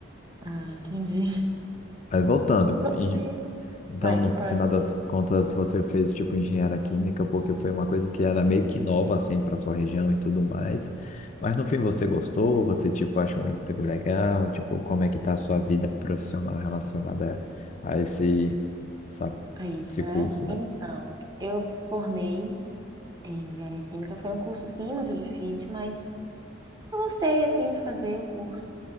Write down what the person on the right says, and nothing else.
Ah, entendi.
E você?
Vai,
pode.
É isso,
né?
Então, eu formei em engenharia química. Foi um curso, sim, muito difícil, mas eu gostei, assim, de fazer o curso.